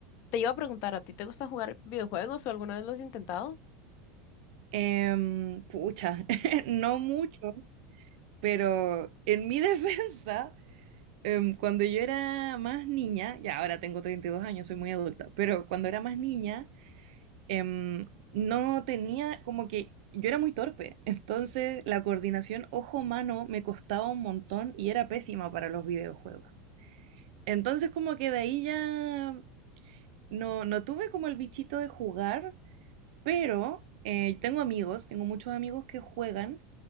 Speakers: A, on the left (about 45°); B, on the right (about 70°).
A: Te iba a preguntar, ¿a ti te gusta jugar videojuegos o alguna vez lo has intentado?
B: Em, pucha, <laughs> no mucho, pero en mi <laughs> defensa, em, cuando yo era más niña, ya ahora tengo 32 años, soy muy adulta, pero cuando era más niña, em, no tenía como que yo era muy torpe, entonces la coordinación ojo-mano me costaba un montón y era pésima para los videojuegos. Entonces como que de ahí ya no, no tuve como el bichito de jugar, pero eh, tengo amigos, tengo muchos amigos que juegan,